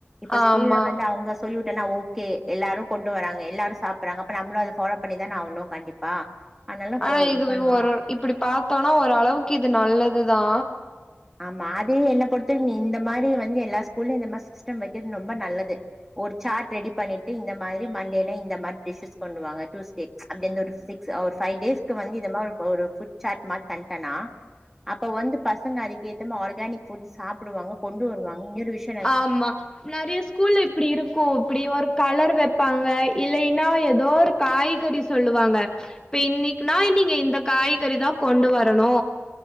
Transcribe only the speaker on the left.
ஆமா
ஆனா
இதுவே
ஒரு இப்பிடி பாத்தோன்னா ஓரளவுக்கு இது நல்லது தா
ஆமா நறைய ஸ்கூல்ல இப்பிடி இருக்கு இப்பிடி ஒரு கலர் வெப்பாங்க இல்லைனா எதோ ஒரு காய்கறி சொல்லுவாங்க இப்ப இன்னைக்னா நீங்க இந்த காய்கறி தா கொண்டு வரணு